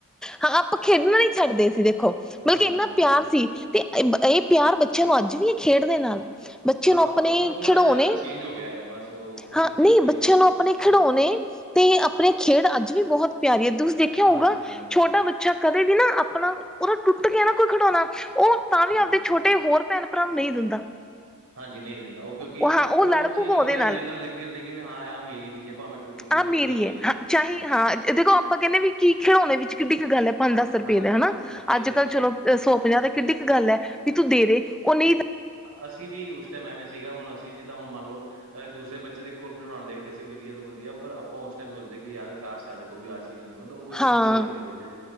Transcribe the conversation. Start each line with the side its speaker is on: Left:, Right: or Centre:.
Centre: ਹਹਹ ਆਪਾਂ ਖੇਡਣਾ ਨੀ ਛੱਡਦੇ ਸੀ ਦੇਖੋ ਬਲਕਿ
Right: ਹਾਂਜੀ
Centre: ਇੰਨਾ
Right: ਹਾਂਜੀ
Centre: ਪਿਆਰ
Right: ਇਹ ਤੇ
Centre: ਸੀ ਤੇ ਏ ਬ ਪਿਆਰ ਬੱਚੇਆਂ ਨੂੰ ਅੱਜ ਵੀ ਏ ਖੇਡ ਦੇ ਨਾਲ। ਬੱਚੇਆ
Right: ਹਾਂ
Centre: ਨੂੰ ਆਪਣੇ
Right: ਪਰ ਉਹ ਥੋੜ੍ਹਾ
Centre: ਖਿਡੋਣੇ,
Right: ਜਿਹਾ ਚੇਂਜ ਹੋ ਗਿਆ ਹੈ, ਬਸ ਉਹ ਥੋੜ੍ਹੀ
Centre: ਹਾਂ
Right: ਜਿਹੀ ਚੀਜ਼
Centre: ਨਈ
Right: ਚੇਂਜ
Centre: ਬੱਚੇਆਂ
Right: ਹੋ ਗਈ
Centre: ਨੂੰ
Right: ਵਾ
Centre: ਆਪਣੇ
Right: ਹਾਂ
Centre: ਖਿਡੋਣੇ ਤੇ ਆਪਣੇ ਖੇਡ ਅੱਜ ਵੀ ਬੋਹਤ ਪਿਆਰੀ ਐ ਤੁਸੀ ਦੇਖਿਆ ਹੋਊਗਾ?
Right: ਹਾਂਜੀ ਹਾਂਜੀ
Centre: ਛੋਟਾ ਬੱਚਾ ਕਦੇ ਵੀ ਨਾ, ਆਪਣਾ ਓਦਾ ਟੁੱਟ ਗਿਆ ਨਾ, ਕੋਈ ਖਿਡੌਣਾ ਓ ਤਾਂ ਵੀ,
Right: ਹਾਂਜੀ
Centre: ਆਂਵਦੇ ਛੋਟੇ ਹੋਰ ਭੈਣ- ਭਰਾ ਨੂੰ ਨਈ ਦਿੰਦਾ।
Right: ਹਾਂਜੀ ਨਈ ਦਿੰਦਾ ਓ ਕਿਉਂਕਿ
Centre: ਉਹ ਹਾਂ ਉਹ
Right: ਓ
Centre: ਲੜ ਪਊਗਾ
Right: ਚੀਜ਼
Centre: ਉਹਦੇ
Right: ਓਦੇ ਦਿਲ ਨਾਲ ਲੱਗੀ ਹੁੰਦੀ ਹੈ, ਕਿ ਵੀ ਹਾਂ ਆਹ ਮੇਰੀ ਚੀਜ਼ ਹੈ ਭਾਵੇਂ ਟੁੱਟ ਗਈ
Centre: ਆਹ
Right: ਜੋ ਵੀ ਹੈ ਮੇਰੀ
Centre: ਹਾਂ
Right: ਐ ਬਸ
Centre: ਚਾਹੇ
Right: ਹ ਹਾਂਜੀ।
Centre: ਹਾਂ ਦੇਖੋ, ਆਪਾ ਕੇਂਨੇ ਵੀ ਕੀ ਖਿਡੌਣੇ ਵਿੱਚ ਕਿੱਡੀ, ਕ ਗੱਲ ਐ। ਪੰਜ- ਦਸ ਰੁਪਏ
Right: ਹਾਂਜੀ,
Centre: ਦਾ
Right: ਹਾਂਜੀ,
Centre: ਹਨਾ,
Right: ਹਾਂਜੀ ਇਹ
Centre: ਅੱਜ
Right: ਤੇ
Centre: ਕੱਲ੍ਹ
Right: ਹੈ ਹਾਂਜੀ।
Centre: ਚਲੋ ਸੌ- ਪੰਜਾਹ ਦਾ ਕਿੱਡੀ ਕ ਗੱਲ ਐ, ਵੀ ਤੂੰ ਦੇਂਦੇ ਓ ਨਈ
Right: ਅਸੀ ਵੀ, ਉਸ ਟਾਈਮ ਐਵੇਂ ਸੀਗਾ ਹੁਣ, ਅਸੀ ਜਿੱਦਾਂ ਹੁਣ ਮੰਨ ਲਓ ਦੂਸਰੇ ਬੱਚੇ ਦੇ ਕੋਲ ਖਿਡੌਣਾ ਦੇਖਦੇ ਸੀ ਵੱਧੀਆ ਤੋਂ ਵੱਧੀਆ ਪਰ, ਆਪਾਂ ਉਸ ਟਾਈਮ ਸੋਚਦੇ ਕੀ ਯਾਰ ਕਾਸ਼, ਸਾਡੇ ਕੋਲ ਵੀ ਆਹ ਚੀਜ਼ ਹੁੰਦੀ, ਮਤਲਬ ਓ
Centre: ਹਾਂ
Right: ਚੀਜ਼ ਵੀ ਹੋ ਜਾਂਦੀ ਬੱਚੇ